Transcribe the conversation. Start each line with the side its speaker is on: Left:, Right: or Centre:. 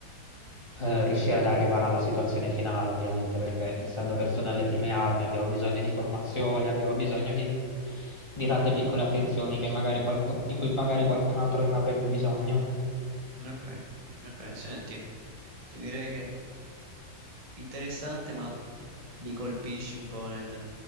Left: eh, riuscire ad arrivare alla situazione finale, ovviamente, perché essendo persone alle prime armi abbiamo bisogno di formazione, abbiamo bisogno di, di tante piccole attenzioni che magari qualcun- di cui magari qualcun altro non avrebbe bisogno.
Right: Ok, ok. Senti, ti direi che interessante, ma Mi colpisci un po' nel,